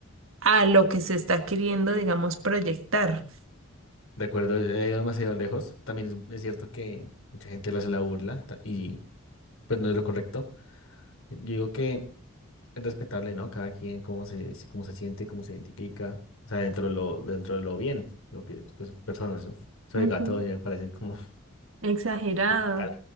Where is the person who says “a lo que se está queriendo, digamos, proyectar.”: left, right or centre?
Right